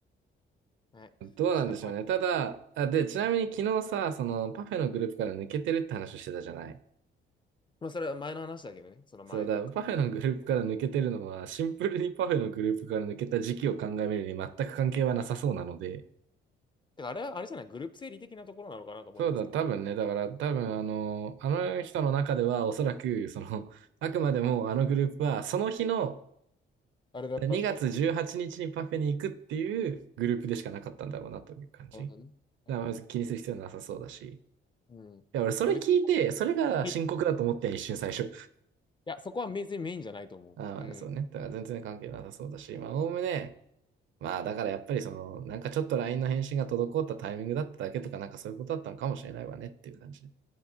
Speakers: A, on the left (about 25°); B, on the right (about 75°).
A: はい。
B: どうなんでしょうね。
A: 明日来い。
B: ただ、あ、で、ちなみに昨日さ、そのパフェのグループから抜けてるって話をしてたじゃない。
A: まあ、それは前の話だけどね。その前というか。
B: そうだ、パフェのグループから抜けてるのは、シンプルにパフェのグループから抜けた時期を考えるに全く関係はなさそうなので、
A: てか、あれは、あれじゃない、グループ整理的なところなのかなと思いますけど。
B: そうだ、多分ね、だから多分あの、あの人の中ではおそらく、その、あくまでもあのグループは、その日の
A: あれだったっていう。
B: 2月18日にちにパフェに行くっていうグループでしかなかったんだろうなという感じ。
A: なるほどね。はい。
B: だからまず気にする必要はなさそうだし。い
A: うん。いや、
B: や、俺それ聞いて、
A: 別
B: それが深刻だと思って一瞬最初。
A: に、いや、そこは別にメインじゃないと思う。
B: ああ、
A: うん。
B: そうね。だから全然関係なさそうだし、まあ、おおむね、まあ、だからやっぱりその、なんかちょっと LINE の返信が滞ったタイミングだっただけとか、なんかそういうことだったのかもしれないわねっていう感じで。